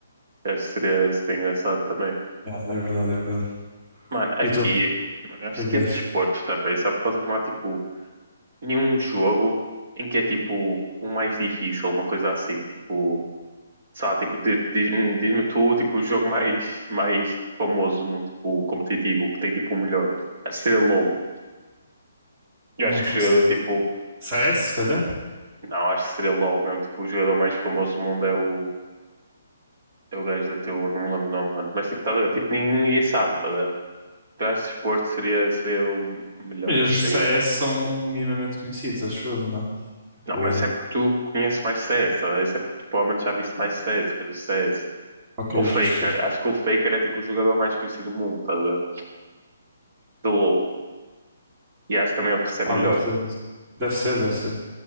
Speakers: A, on the right; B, on the right.
A: Acho que seria, seria engraçado também.
B: é, é verdade, é verdade.
A: Mano, aqui,
B: E tu, o
A: mano,
B: que
A: eu acho
B: é
A: que
B: que
A: é
B: és?
A: desporto também, só por causa que não há tipo nenhum jogo em que é tipo o mais difícil, uma coisa assim, tipo, sabe, tipo, di- diz-me diz-me tu, tipo, o jogo mais, mais tipo, famoso do mundo, tipo, competitivo, que tem tipo o melhor. Acho que seria LOL. Eu
B: Não
A: acho que
B: faço.
A: o jogador,
B: ideia.
A: tipo,
B: CS, se calhar?
A: não, acho que seria LOL mesmo, tipo, o jogador mais famoso do mundo é o, é o gajo da teu, não me lembro o nome, mano, mas tipo, tá, a ver? tipo, ninguém, ninguém sabe, tá, a ver? Eu acho que desporto seria, seria o melhor,
B: Mas
A: assim.
B: os C S são minimamente conhecidos, acho eu, não?
A: Não,
B: Pô,
A: mas isso é porque tu conheces mais CS, tá a ver? isso é porque tu provavelmente já viste mais CS, coisas de CS.
B: ok,
A: O Faker.
B: justo, justo.
A: Acho que o Faker é tipo o jogador mais conhecido do mundo, tá, de, de LoL. E acho que também é o que recebe
B: Pá,
A: melhor.
B: deve ser, isso. deve ser, deve ser,